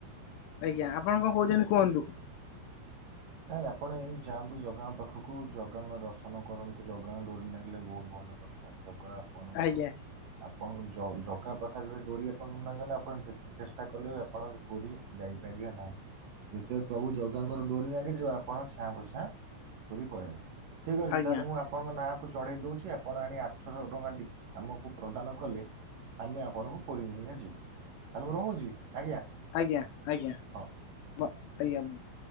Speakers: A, on the left (about 75°); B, on the right (about 55°).
A: ଆଜ୍ଞା ଆପଣ କଣ କହୁଚନ୍ତି କୁହନ୍ତୁ।
B: ନାଇଁ ଆପଣ ଏଇ ଯାଆନ୍ତୁ ଜଗାଙ୍କ ପାଖକୁ ଜଗାଙ୍କ ଦର୍ଶନ କରନ୍ତୁ। ଜଗାଙ୍କ ଡୋରି ନାଗିଲେ ବୋହୁତ ଭଲ କଥା। ଆ ଜଗା ଆପଣଙ୍କ
A: ଆଜ୍ଞା
B: ଆପଣଙ୍କୁ ଜଗା ପାଖରେ ଡୋରି ଆପଣ ନଲାଗି ଗଲେ ଆପଣ ଯେ ତେ ଚେଷ୍ଟା କଲେ ବି ଆପଣ ପୁରୀ ଯାଇପାରିବେ ନାହିଁ। ଯେତେବେଳେ ପ୍ରଭୁ ଜଗାଙ୍କର ଡୋରି ନା <unintelligible> ଆପଣ ଛାଆଁ କ ଛାଆଁ ପୁରି ପଳେଇଲେ ଠିକ୍ ଅଛି
A: ଆଜ୍ଞା
B: ତାହେଲେ ମୁଁ ଆପ ଣଙ୍କ ନାଁକୁ ଚଢେଇ ଦୋଉଚି ଆପଣ ଆଣି ଆଠଶହ ଟଙ୍କା ଡିପ ଆମକୁ ପ୍ରଦାନ କଲେ ଆମେ ଆପଣଙ୍କୁ ପୁରି ନେଇକି ନା ଯିବୁ ତାହେଲେ ମୁଁ ରହୁଚି ଆଜ୍ଞା।
A: ଆଜ୍ଞା ଆଜ୍ଞା
B: ହଁ।
A: ବ ଆଜ୍ଞା ବନ୍ଧୁ।